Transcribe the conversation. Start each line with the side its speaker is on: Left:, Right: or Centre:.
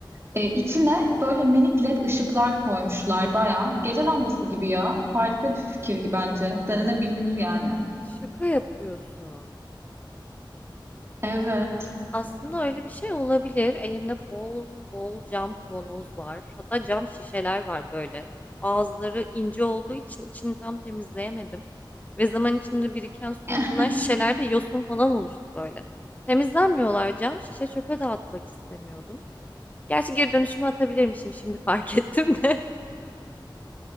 Right: e, içine böyle minik led ışıklar koymuşlar bayağı Gece lambası gibi ya. Harika bir fikir gibi bence. Denenebilir yani.
Left: Şaka yapıyorsun.
Right: Evet.
Left: Aslında öyle bir şey olabilir. Elimde bol bol cam kavanoz var. Hatta cam şişeler var böyle. Ağızları ince olduğu için içini tam temizleyemedim. Ve zaman içinde biriken su
Right: <laughs>
Left: yüzünden şişelerde yosun falan oluştu böyle. Temizlenmiyorlar cam şişe çöpe dağıtmak istemiyordum. Gerçi geri dönüşüme atabilirmişim şimdi fark ettim de.